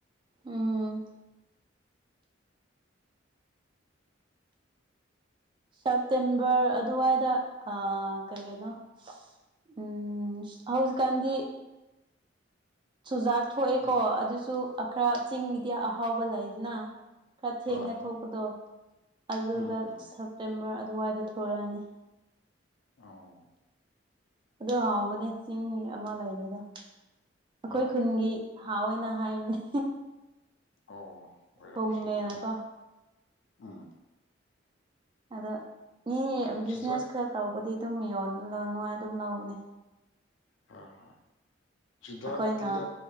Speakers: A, on the right; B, on the left.
A: ꯎꯝ ꯁꯦꯞꯇꯦꯝꯕꯔ ꯑꯗꯨꯋꯥꯢꯗ ꯑꯥ ꯀꯩ ꯀꯩꯅꯣ ꯎꯝ ꯍꯧꯖꯤꯛꯀꯥꯟꯗꯤ ꯆꯨꯖꯥꯛ ꯊꯣꯛꯑꯦꯀꯣ
B: ꯎꯝ
A: ꯑꯗꯨꯁꯨ ꯑꯥ ꯈꯔ ꯆꯤꯡꯒꯤꯗꯤ ꯑꯍꯥꯎꯕ ꯂꯩꯗꯅ ꯈꯔ ꯊꯦꯡꯅ
B: ꯍꯣꯏ ꯍꯣꯏ
A: ꯊꯣꯛꯄꯗꯣ ꯑꯗꯨꯗ
B: ꯎꯝ ꯎꯝ
A: ꯁꯦꯞꯇꯦꯝꯕꯔ ꯑꯗꯨꯋꯥꯢꯗ ꯊꯣꯔꯛꯑꯅꯤ
B: ꯑꯣ
A: ꯑꯗꯨ ꯍꯥꯎꯕꯅꯦ ꯆꯤꯡꯒꯤ ꯑꯃ ꯂꯩꯕꯗꯣ ꯑꯩꯈꯣꯢ
B: ꯍꯣꯏ
A: ꯈꯨꯟꯒꯤ ꯍꯥꯎꯋꯦꯅ ꯍꯥꯢꯕꯅꯦ
B: ꯑꯣ ꯑꯣꯢꯔꯝꯕꯁꯨ
A: ꯍꯨꯝꯃꯦꯅꯀꯣ
B: ꯌꯥꯢ ꯎꯝ
A: ꯑꯗꯣ ꯃꯤ ꯕꯤꯖꯤꯅꯦꯁ
B: ꯆꯨꯖꯥꯛ
A: ꯈꯔ ꯇꯧꯕꯗꯤ ꯑꯗꯨꯝ ꯌꯣꯟ ꯂꯧꯅꯉꯥꯢ ꯑꯗꯨꯝ ꯂꯧꯕꯅꯦ
B: ꯍꯣꯢ ꯍꯣꯢ ꯆꯨꯗꯥꯛꯇꯤꯌꯣ
A: ꯑꯩꯈꯣꯏꯅ